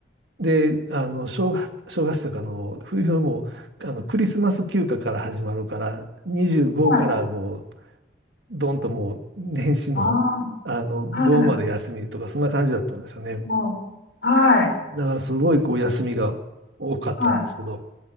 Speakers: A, on the right; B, on the left.
A: で、あの、正月、正月とかの冬も、あの、クリスマス休暇から始まるから、25からもう、
B: はい。
A: どんともう、年始の、
B: あ
A: あの、5まで休みとか、
B: あ、は
A: そんな感じだったんですよね。
B: い、もうはい、
A: だから、すごい、こう、休みが多かったんですけど、
B: はい、